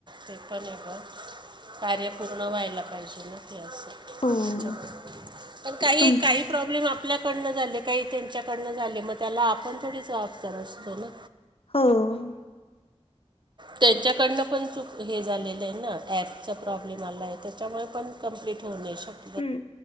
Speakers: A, on the right (about 45°); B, on the left (about 60°).
A: ते पण आहे <unintelligible> कार्य पूर्ण व्हायला पाहिजे ना ते अस त्यांच्यामुळे
B: हो
A: पण काही,
B: तुमचे
A: काही प्रॉब्लेम आपल्याकडनं झाले काही त्यांच्याकडनं झाले मग त्याला आपण थोडी जबाबदार असतो ना.
B: हो. <unintelligible>
A: त्यांच्याकडनं पण चूक हे झालेलं आहे ना ॲपचा प्रॉब्लेम आला आहे त्याच्यामुळे पण <unintelligible> कंप्लीट होऊ नाही शकत. <unintelligible>
B: हम्म